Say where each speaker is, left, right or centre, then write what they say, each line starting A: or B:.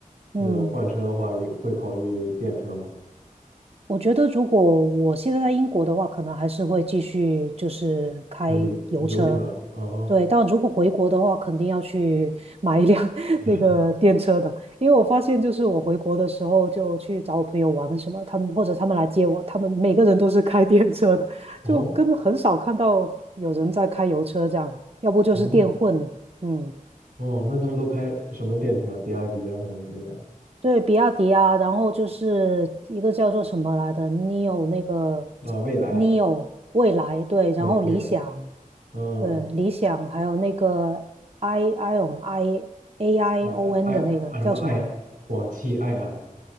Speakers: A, on the right; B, on the right.
A: 嗯，
B: 呃，换车的话，也会考虑电车吗？
A: 我觉得如果我现在在英国的话，可能还是会继续就是开油车。
B: 这个油油车，啊哈，
A: 对，但如果回国的话，肯定要去 <laughs> 买一辆 <laughs>
B: 对，
A: 那个电车的，因为我发现就是我回国的时候就去找我朋友玩什么，他们或者他们来接我，他们每个人都是开电车的，
B: 哦
A: 就根本很少看到有人在开油车这样，要不就是电混，
B: 哦
A: 嗯。
B: 哦，那他们都开什么电车？比亚迪啊什么之类的
A: 对，比亚迪啊，然后就是一个叫做什么来的，neo 那个
B: 啊？蔚来，
A: neo 未来，对，然后理想，
B: 对，蔚来，嗯，
A: 对，理想，还有那个 i ion i a i
B: 爱爱爱什么爱广汽埃安
A: o n 的那个叫什么来着？